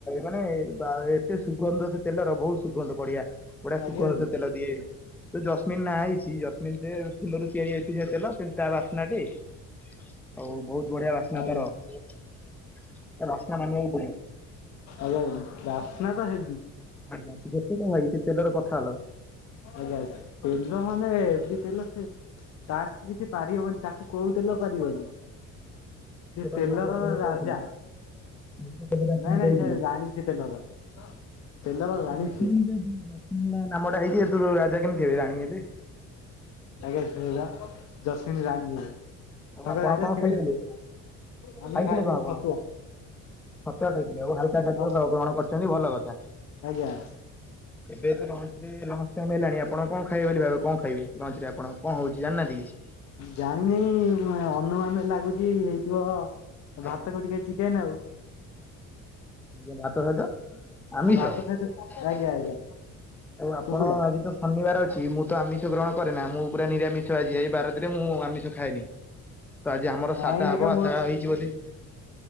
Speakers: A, in the centre; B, on the left.
A: ମାନେ ବା ଏତେ ସୁଗନ୍ଧ ସେ ତେଲର ବହୁତ ସୁଗନ୍ଧ ବଢିଆ। ବଢିଆ
B: ଆଜ୍ଞା
A: ସୁଗନ୍ଧ ତେଲ ଦିଏ ଜସ୍ମିନ୍ ନା ହେଇଚି <unintelligible> ଯଶମିନରେ ଫୁଲରୁ ତିଆରି ଅଛି ସେ ତେଲ ତେଣୁ ତା ବାସ୍ନା ଟି ହଉ ବହୁତ ବଢିଆ ବାସ୍ନା
B: ଆଜ୍ଞା
A: ତାର ତା ବାସ୍ନା ମାନିବାକୁ ପଡିବ।
B: ଆ <unintelligible> ବାସ୍ନା ତ ହେବି।
A: ଆଜ୍ଞା ଯେତେ କହ ଭାଇ ସେ ତେଲର କଥା ଅଲଗା।
B: ଆଜ୍ଞା ତେଲ ମାନେ ହେବି ତେଲ ସେ ତାକୁ କିଛି ପାରିହବନି ତାକୁ କୋଉ ତେଲ ପାରିବନି।
A: ଆଜ୍ଞା
B: ସେ ତେଲର
A: ଗୋଟା ଯେମିତି
B: ରାଜା
A: ଆପଣଙ୍କୁ କହୁଥିଲି ମୁଁ ଖବର ଆପଣ
B: ନାଇଁ ନାଇଁ
A: କହୁଥିଲୁ।
B: ସେ ରାଣୀ ସେ ତେଲର ତେଲର ରାଣୀ
A: ଆଜ୍ଞା
B: ସିଏ।
A: <unintelligible> ନାମଟା ହେଇକି ରାଜା କେମିତି ହେବେ ରାଣୀ ହେବେ।
B: <unintelligible> ଜସ୍ମିନ୍ ରାଣୀ ହେବେ।
A: ଆଉ
B: ତାଙ୍କ
A: ଆପଣ
B: ରାଜା
A: କଣ
B: ଥିବେ
A: ଖାଇଥିଲେ?
B: ଆମେ
A: ଖାଇଥିଲେ
B: ଖାଇଥିଲୁ
A: କଣ ଆପଣ
B: ଛତୁଆ।
A: ଛତୁଆ ଖାଇଥିଲେ ଓ ହାଲକା ଖାଦ୍ୟ
B: ଅ
A: ଆଉ ଗ୍ରହଣ କରିଛନ୍ତି। ଚନ୍ତି ଭଲ କଥା
B: ଆଜ୍ଞା
A: ଏବେ <unintelligible> ଟାଇମ୍ ହେଲାଣି ଆପଣ କଣ ଖାଇବେ ବୋଲି ଭାବି କଣ ଖାଇବେ ଲଞ୍ଚ ରେ ଆପଣ କଣ ହଉଛି ଜାଣି ନାହାନ୍ତି କିଛି?
B: ଜାଣିନେଇ ନୁହେଁ ଅନୁମାନରେ ଲାଗୁଛି ହେଇଥିବ।
A: ଆଜ୍ଞା
B: ଭାତ କୁ ଟିକେ ଚିକେନ ଆଉ।
A: ମୁଁ ଭାତ ସହିତ ଆମିଷ
B: ଭାତ
A: ଆଉ
B: ସହିତ ଆଜ୍ଞା ଆଜ୍ଞା
A: ଆପଣ
B: କୁକୁଡା
A: ଆଜି ତ ଶନିବାର ଅଛି ମୁଁ ତ ଆମିଷ ଷ ଗ୍ରହଣ କରେ ନା ମୁଁ ପୁରା ନିରାମିଷ ଆଜି ଏଇ ବାରରେ ମୁଁ ଆମିଷ ଖାଏନି। ତ ଆଜି ଆମର
B: ନାଇଁ
A: ସାଧା
B: ଆଜ୍ଞା
A: ହବ
B: ମୋର
A: ଆଶା ହେଇଛି ବୋଧେ।